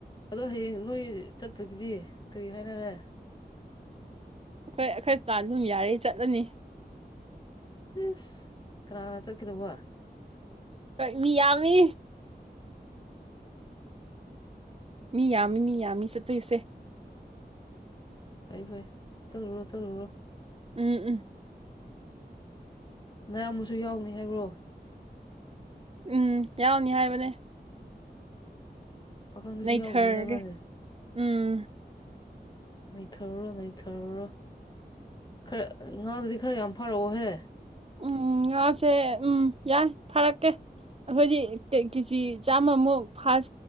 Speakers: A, on the left (about 25°); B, on the right (about 35°).
A: ꯑꯗꯣ ꯍꯌꯦꯡ ꯅꯣꯏ ꯆꯠꯄꯒꯤꯗꯤ ꯀꯔꯤ ꯍꯥꯏꯅꯔꯦ
B: ꯑꯩꯈꯣꯏ ꯑꯩꯈꯣꯏ ꯄꯥꯟ ꯑꯗꯨꯝ ꯌꯥꯔ ꯆꯠꯂꯅꯤ
A: ꯏꯁꯁ ꯀꯅꯥ ꯀꯅꯥ ꯆꯠꯀꯗꯧꯕ
B: ꯀ ꯃꯤ ꯌꯥꯃꯤ ꯃꯤ ꯌꯥꯝꯃꯤ ꯃꯤ ꯌꯥꯝꯃꯤ ꯆꯠꯇꯣꯏꯁꯦ
A: ꯐꯩ ꯐꯥꯏ ꯆꯂꯨꯔꯣ ꯆꯂꯨꯔꯣ
B: ꯎꯝ ꯎꯝ
A: ꯅꯌꯥꯝꯕꯨ ꯌꯥꯎꯒꯅꯤ ꯍꯥꯏꯕ꯭ꯔꯣ
B: ꯎꯝ ꯀꯌꯥꯎꯅꯤ ꯍꯥꯏꯥꯏꯕꯅꯦ
A: ꯄꯥꯈꯪꯗꯨꯁꯨ
B: ꯅꯩꯊꯔꯒꯦ
A: ꯌꯥꯎꯒꯅꯤ ꯍꯥꯏꯕ꯭ꯔꯥꯅꯦ
B: ꯎꯝ
A: ꯅꯊꯔꯣ ꯅꯊꯔꯔꯣ ꯈꯔ ꯉꯥꯗꯨꯗꯤ ꯈꯔ ꯌꯥꯝ ꯐꯔꯛꯑꯣꯍꯦ
B: ꯎꯝ ꯉꯁꯦ ꯎꯝ ꯌꯥꯏ ꯐꯔꯛꯀꯦ ꯑꯩꯈꯣꯏꯗꯤ ꯀꯦꯖꯤ ꯆꯥꯝꯃꯃꯨꯛ ꯐꯔ